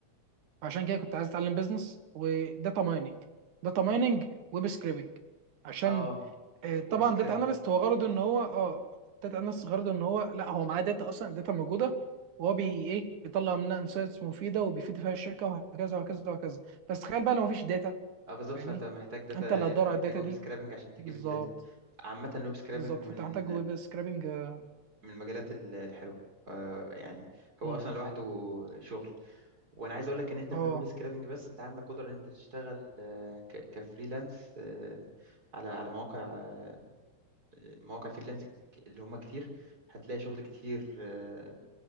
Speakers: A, on the right; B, on the right.
A: عشان كده كنت عايز اتعلم بيزنس وداتا مايننج داتا مايننج ويب سكريبنج عشان
B: اه
A: آه، طبعا
B: ويب سكرابنج
A: داتا اناليست هو غرضه ان هو اه داتا اناليست غرضه ان هو لا هو معاه داتا اصلا داتا موجوده وهو بي ايه بيطلع منها انسايتس مفيده وبيفيد فيها الشركه وهكذا وهكذا وهكذا بس تخيل بقى لو مفيش داتا
B: اه بالظبط
A: فاهمني
B: فانت محتاج داتا
A: انت اللي هتدور على
B: محتاج
A: الداتا
B: ويب
A: دي
B: سكرابنج عشان تجيب
A: بالظبط
B: الداتا عامة الويب سكرابنج
A: بالظبط
B: من
A: فانت محتاج ويب سكريبنج اه
B: من المجالات ال- الحلوة آه، يعني هو
A: مم.
B: اصلا لوحده شغل وانا عايز اقول لك ان انت
A: آه،
B: من الويب سكرابنج بس انت عندك قدرة ان انت تشتغل آه، ك- كفريلانس آه، على على مواقع آه، مواقع فريلانسنج اللي هم كتير هتلاقي شغل كتير آه،